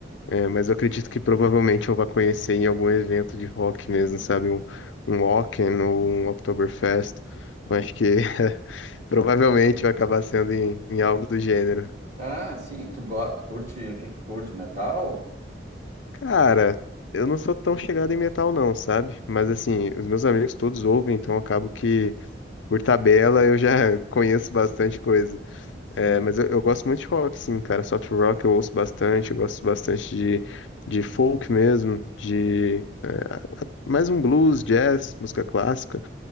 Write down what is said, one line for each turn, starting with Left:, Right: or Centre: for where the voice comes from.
Left: é, mas eu acredito que provavelmente eu vá conhecer em algum evento de rock mesmo, sabe? Um, um Wacken ou um Oktoberfest. Eu Acho que <laughs> provavelmente vai acabar sendo em, em algo do gênero.
Right: Ah, sim, tu, go... tu curte, o que que tu curte? Metal?
Left: Cara, eu não sou tão chegado em metal não, sabe? Mas assim, os meus amigos todos ouvem, então acabo que, por tabela, eu já <laughs> conheço bastante coisa.
Right: Sim.
Left: É, mas eu, eu gosto muito de rock, sim, cara. Soft rock eu ouço bastante, eu gosto bastante de, de folk mesmo, de
Right: Uhum.
Left: é, a- mais um blues, jazz, música clássica.